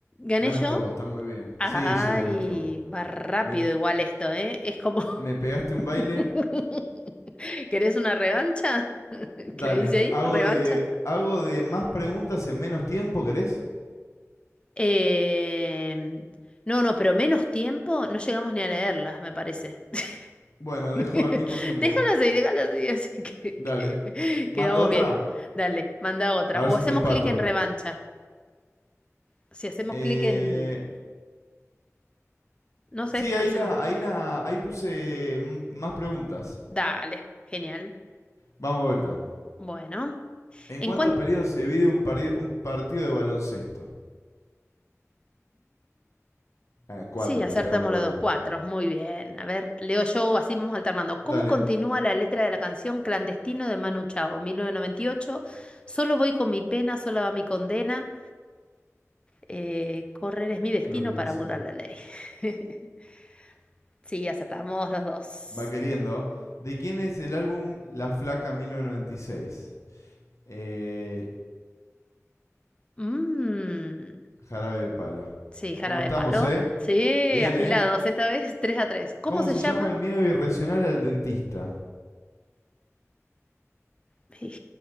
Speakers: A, on the left; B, on the left.
A: Gané
B: Ganaste
A: yo.
B: vos, está muy bien.
A: Ay,
B: Sí, sí, ganaste vos.
A: va rápido
B: Me,
A: igual esto, ¿eh? Es como...
B: me pegaste un baile.
A: <laughs> ¿Querés una revancha? <laughs>
B: Dale.
A: ¿Qué dice ahí?
B: Hago
A: ¿Revancha?
B: de. Hago de más preguntas en menos tiempo, ¿querés?
A: Eh, No, no, pero menos tiempo no llegamos ni a leerlas, me parece. <laughs>
B: Bueno, dejo el mismo tiempo.
A: Déjalas ahí, déjalas ahí, <laughs> así que,
B: Dale.
A: que,
B: ¿Mando
A: que vamos
B: otra?
A: bien. Dale, manda otra.
B: A ver
A: O
B: si
A: hacemos
B: te empato.
A: clic en revancha. Si hacemos
B: Eh,
A: clic en... No sé,
B: sí, ahí
A: hacemos.
B: la, ahí la, ahí puse mm, más preguntas.
A: Dale, genial.
B: Vamos de vuelta.
A: Bueno,
B: ¿En
A: en
B: cuántos
A: cuanto...
B: periodos se divide un, pari- un partido de baloncesto? Eh, cuatro,
A: sí, acertamos
B: le pegamos los
A: los
B: dos.
A: dos cuatro. Muy bien. A ver, leo yo, así vamos alternando. ¿Cómo
B: Dale,
A: continúa la letra de la canción Clandestino de Manu Chao, 1998? Solo voy con mi pena, sola va mi condena. eh, correr es mi destino
B: creo que la
A: para
B: sé.
A: burlar la ley. <laughs> Sí, acertamos los dos.
B: Va queriendo. ¿De quién es el álbum La Flaca 1996? Eh,
A: Mm,
B: Jarabe de Palo.
A: sí, jarabe
B: ¿Cómo estamos,
A: de palo.
B: eh?
A: Sí,
B: Bien,
A: afilados,
B: ¿eh?
A: esta vez 3 a 3. ¿Cómo
B: ¿Cómo
A: se
B: se
A: llama?
B: llama el miedo irracional al dentista?
A: Ij,